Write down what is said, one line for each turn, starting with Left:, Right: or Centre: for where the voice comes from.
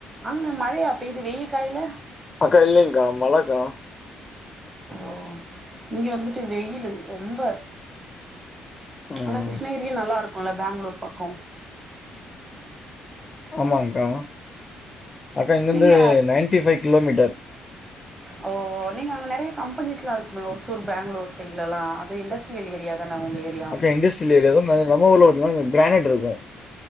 Right: அங்க மழையா பெய்து வெயில் காயில
Left: அக்கா இல்லைங்கா மழக்கா
Right: ஓ இங்க வந்துட்டு வெயிலு ரொம்ப
Left: ம்
Right: ஆனா கிருஷ்ணகிரியு நல்லா இருக்குல பெங்களூர் பக்கோ
Left: ஆமாங்கா அக்கா இங்க
Right: நீங்க
Left: இந்து நைன்டி ஃபைவ் கிலோமீட்டர்
Right: ஓ நீங்க அங்க நறைய கம்பெணிஸ்லா இருக்குமே ஒசூர் பெங்களூர் சைட் எல்லா அது இண்டஸ்ட்ரியல் ஏரியா தான உங்க ஏரியா
Left: அக்கா இண்டஸ்ட்ரியல் ஏரியா தா நம்ம ஊர் பாத்தீங்னா கிரானைட் இருக்கு